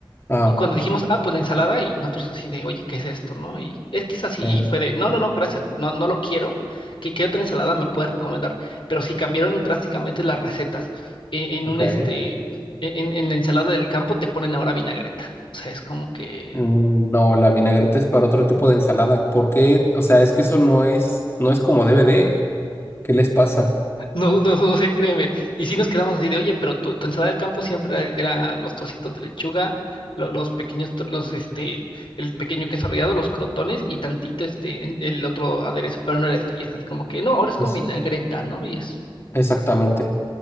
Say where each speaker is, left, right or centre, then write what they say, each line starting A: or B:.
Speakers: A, on the left; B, on the left.
A: Ah,
B: Y cuando dijimos, ah, pues la ensalada, y nosotros así de, oye, ¿qué es esto? ¿No? Y es que es así,
A: eh,
B: y fue de, no, no, no, gracias, no, no lo quiero. ¿Qué, qué otra ensalada me puedes recomendar? Pero sí, cambiaron drásticamente las recetas. En, en
A: ok.
B: un este, e, en, en la ensalada del campo te ponen ahora vinagreta. O sea, es como que
A: Mm, No, la vinagreta es para otro tipo de ensalada. ¿Por qué? O sea, es que eso no es, no es como debe de. ¿Qué les pasa?
B: No, no, no sé, créeme. Y sí nos quedamos así de, oye, pero tu, tu ensalada del campo siempre era, era los trocitos de lechuga, lo- los pequeños, tro- los, este, el pequeño queso rallado, los crotones y tantito, este, en- el otro aderezo, pero no era esto. Y es así como que, no, ahora es con
A: Es,
B: vinagreta, ¿no? Y es,
A: exactamente.